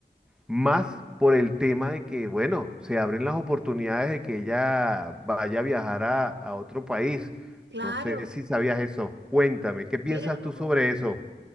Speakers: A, in the centre; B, on the right (about 75°).
A: más por el tema de que, bueno, se abren las oportunidades de que ella vaya a viajar a, a otro país.
B: Claro,
A: No sé si sabías eso. Cuéntame, ¿qué piensas
B: mira,
A: tú
B: no,
A: sobre eso?